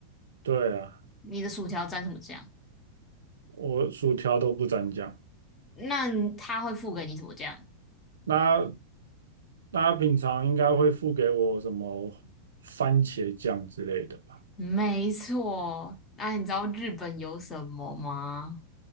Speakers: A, on the right; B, on the left.
A: 对啊，
B: 你的薯条蘸什么酱？
A: 我薯条都不沾酱。
B: 那他它会付给你什么酱？
A: 那大家平常应该会付给我什么番茄酱之类的吧？
B: 没错，那你知道日本有什么吗？